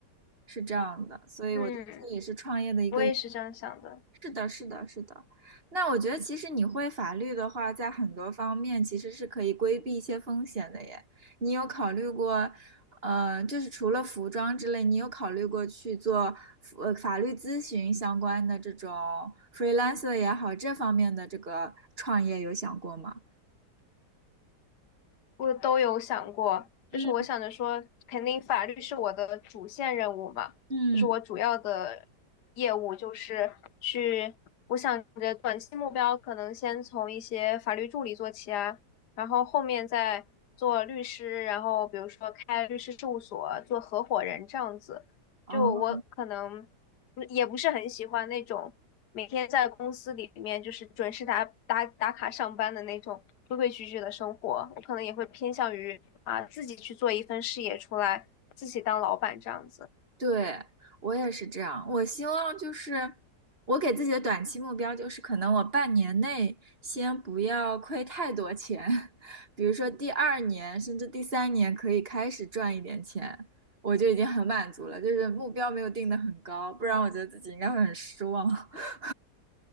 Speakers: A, on the right; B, on the left.
A: 是这样的。所以我觉得这也是创业的一个。
B: 嗯，我也是这样想的。
A: 是的，是的，是的。那我觉得，其实你会法律的话，在很多方面其实是可以规避一些风险的耶。你有考虑过，呃，就是除了服装之类，你有考虑过去做呃法律咨询相关的这种 freelancer 也好，这方面的这个创业有想过吗？
B: 我都有想过，
A: 嗯。
B: 就是我想着说，肯定法律是我的主线任务嘛，
A: 嗯，
B: 就是我主要的业务就是去，我想着短期目标可能先从一些法律助理做起啊，然后后面再做律师，然后比如说开律师事务所，做合伙人这样子，
A: 哦。
B: 就我可能。不也不是很喜欢那种每天在公司里面就是准时打打打卡上班的那种规规矩矩的生活，我可能也会偏向于啊自己去做一份事业出来，自己当老板这样子。
A: 对，我也是这样。我希望就是我给自己的短期目标就是，可能我半年内先不要亏太多钱，<laughs> 比如说第二年甚至第三年可以开始赚一点钱，我就已经很满足了。就是目标没有定得很高，不然我觉得自己应该会很失望。<laughs>